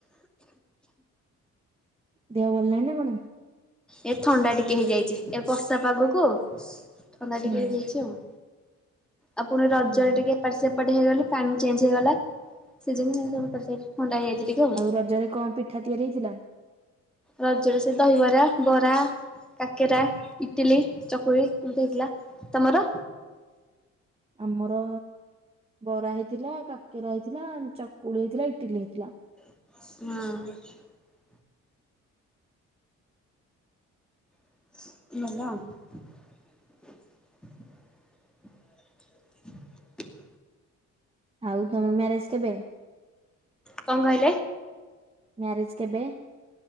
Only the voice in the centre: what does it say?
ଏ ଥଣ୍ଡା ଟିକେ ହେଇଯାଇଚି ଏ ବର୍ଷା ପାଗକୁ ଥଣ୍ଡା
ଟିକେ ହେଇଯାଇଚି ଆଉ। ଆପଣ ରଜରେ
ଟିକେ ଏପଟ ସେପଟ ହେଇଗଲେ ପାଣି ଚେଞ୍ଜ ହେଇଗଲା ସିଜନ୍ ଚେଞ୍ଜ <unintelligible> ଥଣ୍ଡା ହେଇଯାଇଚି ଟିକେ ଆଉ।
ରଜରେ ସେ ଦହିବରା ବରା। କାକେରା ଇଟିଲି ଚକୁଳି ଏମିତି ହେଇଥିଲା, ତମର?
ହଁ। <unintelligible> <inaudible>
କଣ କହିଲେ?